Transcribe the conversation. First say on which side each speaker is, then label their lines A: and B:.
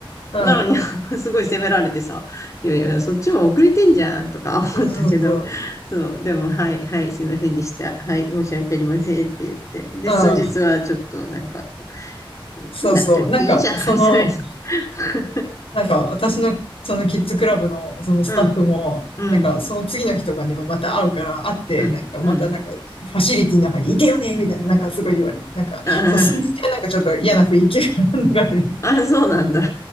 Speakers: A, on the left; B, on the left.
A: うん。
B: なのに、<laughs> すごい責められてさ、いやいや、そっちも遅れてんじゃんとか <laughs>
A: そうそう。
B: 思ったけど、そう、でも、はい、はい、すいませんでした。はい、申し訳ありませんって言って。で、
A: うん。
B: 数日はちょっとなんか、
A: そうそう。
B: 来なくていいじゃん、
A: なんか、その、
B: みたいな。<laughs>
A: なんか私のそのキッズクラブのそのスタッフも、
B: うん、うん、
A: なんかその次の日とかにもまた会うから会って、
B: うん、
A: なんかまたなんかファシリティの中にいてよねみたいな、
B: うん。
A: なんかすごい言われて、なんか、
B: あー
A: そう、数日はなんかちょっと嫌な雰囲気が流れる。
B: <laughs> あ、そうなんだ。